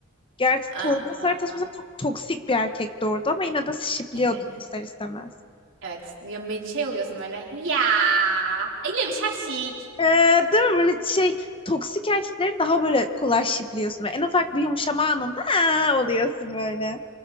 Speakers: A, on the left; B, on the right.
A: Gerçi
B: Aa,
A: Tolga Sarıtaş mesela çok toksik bir erkekti orada ama yine de şipliyordun
B: evet.
A: ister istemez.
B: Evet. Ya, şey oluyorsun böyle. Ya. Öyle bir şapşik.
A: Ee, değil mi böyle şey toksik erkekleri daha böyle kolay şipliyorsun. En ufak bir yumuşama anında "Aa!" oluyorsun böyle.